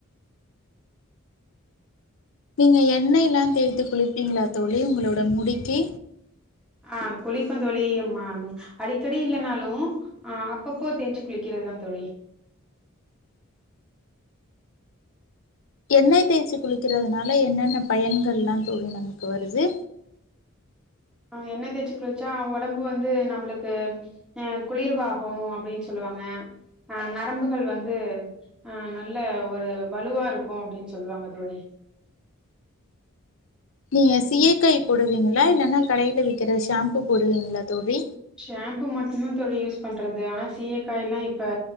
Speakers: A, on the left (about 65°); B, in the centre.
A: நீங்கள் எண்ணெய்ல்லா தேய்த்து குளிப்பீங்களா தோழி உங்களோட முடிக்கு
B: அ குளிப்பே தோழி அடிக்கடி இல்லனாலு அ அப்பப்போ தேய்ச்சு குளிக்கிறதுதா தோழி
A: எண்ணெய் தேய்ச்சு குளிக்கிறதுனால என்னென்ன பயன்கள்ல்லாம் தோழி நமக்கு வருது
B: என்ன தேய்ச்சு குளிச்சா ஒடம்பு வந்து நம்மளுக்கு அ குளிர்வாகம் அப்டின்னு சொல்லுவாங்க அ நரம்புகள் வந்து அநல்ல ஒரு வலுவா இருக்கு அப்டின்னு சொல்லுவாங்க தோழி
A: நீங்க சீயக்காய் போடுவீங்களா இல்லன்னா கடையில விக்கிற ஷாம்பு போடுவீங்களா தோழி
B: ஷாம்பு மட்டும்தா தோழி யூஸ் பண்றது ஆனா சீயக்காய்ல்லா இப்ப